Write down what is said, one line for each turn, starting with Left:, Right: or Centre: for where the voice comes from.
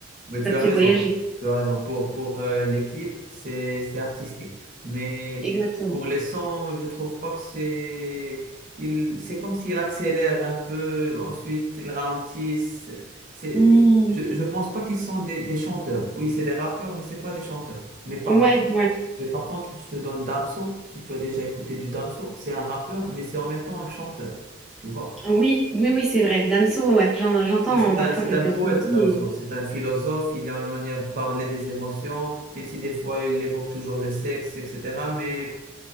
Right: Oui, tu
Centre: ça te
Right: as raison.
Centre: fait voyager.
Right: Tu as raison. Pour, pour euh, les clips, c'est, c'est artistique. Mais
Centre: Exactement.
Right: pour les sons, je trouve pas que c'est... Il, c'est comme s'il accélère un peu, ensuite il ralentit. C'est, c'est-
Centre: Hmm.
Right: je, je pense pas qu'ils sont des, des chanteurs. Oui, c'est des rappeurs, mais c'est pas des chanteurs. Mais par
Centre: Ouais,
Right: contre,
Centre: ouais.
Right: mais par contre, je te donne Damso, si tu as déjà écouté du Damso, c'est un rappeur, mais c'est en même temps un chanteur. Tu vois?
Centre: Oui, oui, oui, c'est vrai. Damso, ouais, ouais. J'en- j'entends
Right: Et C'est
Centre: parfois
Right: un, c'est
Centre: quelques
Right: un poète,
Centre: sons de lui
Right: Damso.
Centre: et-
Right: C'est un philosophe. Il a une manière de parler des émotions, même si des fois il évoque toujours le sexe, etc. Mais